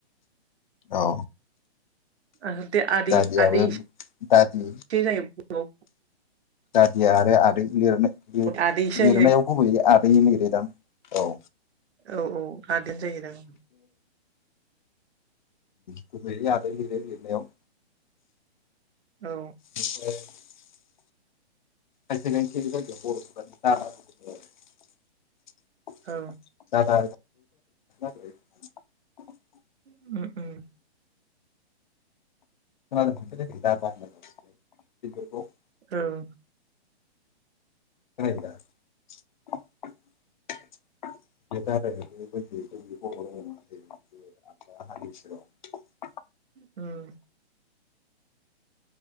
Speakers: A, on the left (about 45°); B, on the right (about 75°).
A: औ
B: ओ दे आदै-आदै
A: दादियाबो
B: एसो
A: दादि
B: जायो।
A: दादि आरो आदै लिरनो
B: आदैसो
A: लिरनायाव
B: जायो
A: गुबैयै आदै लिरोदां। औ
B: औ-औ आदैयानो जायोदां।
A: खुमै आदाय लिरो लिरनायाव
B: औ
A: बेफ्राय <unintelligible> फसे गसे <unintelligible>
B: औ
A: दा दा <unintelligible>
B: उम उम।
A: <unintelligible> दादा होनो गिदिरखौ
B: ओं।
A: दा <unintelligible> ज <unintelligible> आ <unintelligible>
B: उम।